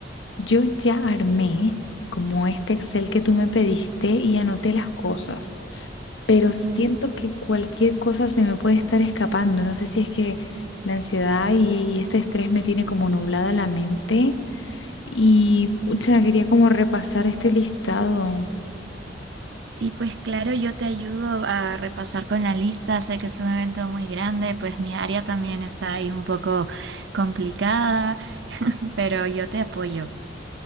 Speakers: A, on the left; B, on the right.
A: yo ya armé como este Excel que tú me pediste y anoté las cosas, pero
B: Ujú.
A: siento que cualquier cosa se me puede estar escapando. No sé si es que la ansiedad y y este estrés me tiene como nublada la mente. Y pucha, quería como repasar este listado.
B: Sí, pues claro, yo te ayudo a repasar con la lista, sé que es un evento muy grande, pues mi área también está ahí un poco complicada, <laughs> pero yo te apoyo.